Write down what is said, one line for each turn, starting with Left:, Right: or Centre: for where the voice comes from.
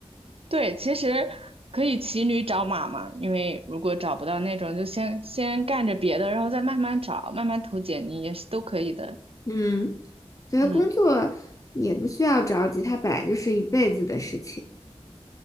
Right: 对，其实可以骑驴找马嘛，因为如果找不到那种，就先先干着别的，然后再慢慢找，慢慢投简历也是都可以的。
Left: 嗯，觉得工作也不需要着急，
Right: 嗯，
Left: 它本来就是一辈子的事情。